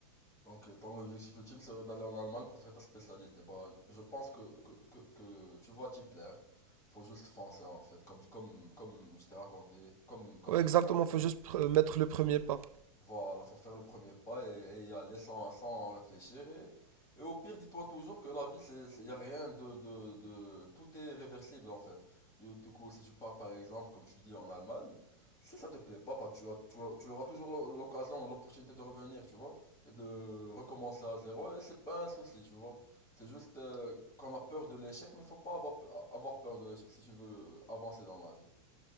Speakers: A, on the left (about 20°); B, on the right (about 85°).
A: Donc, euh, ton objectif ultime serait d'aller en Allemagne pour faire ta spécialité. Bah, je pense que, que, que, que tu vas t'y plaire. Faut juste foncer, en fait, comme, comme, comme je t'ai raconté, comme, comme
B: Ouais,
A: j'ai
B: exactement,
A: fait, en fait.
B: faut juste pr- mettre le premier pas.
A: Voilà, faut faire le premier pas et, et y aller sans, sans réfléchir. Et, et au pire, dis-toi toujours que la vie, c'est, c'est- y a rien de, de, de- Tout est réversible en fait. Du, du coup, si tu pars par exemple, comme tu dis, en Allemagne, si ça te plaît pas, bah, tu as, tu as- tu auras toujours l'o- l'occasion, l'opportunité de revenir, tu vois, et de recommencer à zéro. Et c'est pas un souci, tu vois. C'est juste euh, qu'on a peur de l'échec, mais faut pas avoir, avoir peur de l'échec si tu veux euh, avancer dans la vie.